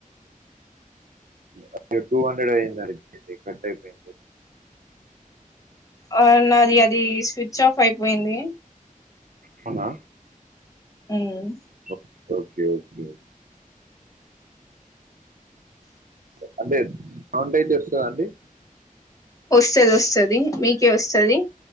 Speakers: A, on the right; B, on the left.
A: అది టూ హండ్రెడ్ అయింది కట్ అయిపోయింది.
B: అవును నాది అది స్విచ్ ఆఫ్ అయిపోయింది.
A: అవునా
B: ఉమ్
A: ఒకే ఒకే ఒకే హండ్రెడ్ హండ్రెడ్ చేస్తదా అండి
B: వస్తాది వస్తాది మీకే వస్తాది